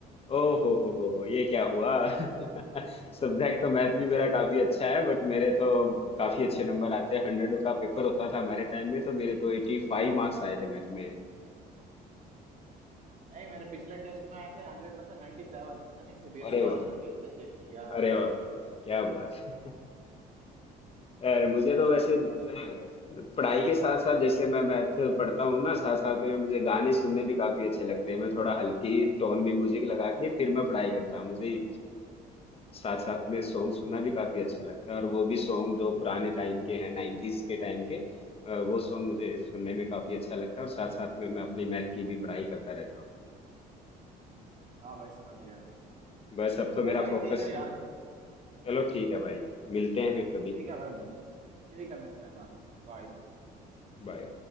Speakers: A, on the left (about 35°); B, on the right (about 45°).
A: ओ हो हो हो हो ये क्या हुआ <laughs> सब्जेक्ट तो मैथ भी मेरा काफी अच्छा है बट मेरे तो काफी अच्छे नंबर आते हैं हंड्रेड का पेपर होता था हमारे टाइम में तो मेरे तो एटी फाइव मार्क्स आए थे मैथ में
B: नहीं मेरे पिछले टेस्ट में आए थे हंड्रेड में से 97 पता नहीं सीबीएसई
A: अरे
B: वालों
A: वाह
B: ने कैसे चेक किया है
A: अरे वाह क्या बात यार मुझे तो
B: इन लोगों
A: वैसे
B: को
A: अ,
B: पास
A: पढ़ाई के साथ साथ जैसे मैं मैथ पढ़ता हूँ ना साथ साथ में मुझे गाने सुनने भी काफी अच्छे लगते हैं मैं थोड़ा हल्की टोन में म्यूजिक लगा के फिर मैं पढ़ाई करता हूँ मुझे साथ साथ में सॉन्ग सुनना भी काफी अच्छा लगता है और वो भी सॉन्ग जो पुराने टाइम के हैं नाइन्टीज के टाइम के अ, वो सॉन्ग मुझे सुनने में काफी अच्छा लगता है और साथ साथ में मैं अपनी मैथ की भी पढ़ाई करता रहता हूँ
B: हाँ भाई समझ गया मैं
A: बस अब तो मेरा
B: चल भाई
A: फोकस
B: ठीक है यार
A: चलो ठीक है भाई मिलते हैं फिर कभी
B: ठीक है भाई ठीक है मिलते हैं बाद में। बाय
A: बाय